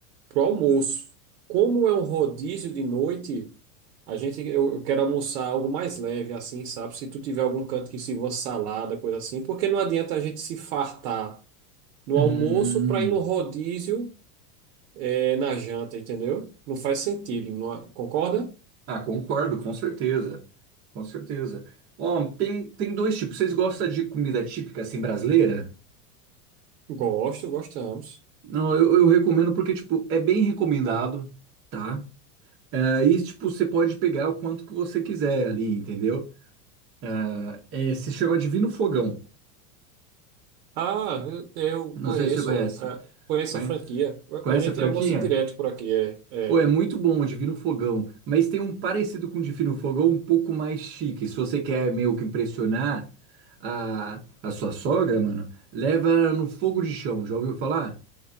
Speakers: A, on the right; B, on the right.
A: para o almoço. Como é um rodízio de noite, a gente eu, eu quero almoçar algo mais leve, assim, sabe? Se tu tiver algum canto que sirva salada, coisa assim, porque não adianta a gente se fartar no
B: Hum.
A: almoço para ir no rodízio é, na janta, entendeu? Não faz sentido, não- é? concorda?
B: Ah, concordo, com certeza. Com certeza. Ó, tem, tem dois tipos. Vocês gostam de comida típica, assim, brasileira?
A: Gosto, gostamos.
B: Não, eu, eu recomendo porque, tipo, é bem recomendado, tá? É, e, tipo, você pode pegar o quanto que você quiser ali, entendeu? Ah, é, se chama Divino Fogão.
A: Ah, eu eu
B: Não
A: conheço,
B: sei se você conhece.
A: é, conheço
B: Conhece,
A: a franquia.
B: conhece
A: A gente
B: a franquia?
A: almoça direto por aqui, é. é,
B: Pô, é muito bom o Divino Fogão, mas tem um parecido com o Divino Fogão um pouco mais chique. Se você quer meio que impressionar a, a sua sogra, mano, leva no fogo de chão. Já ouviu falar?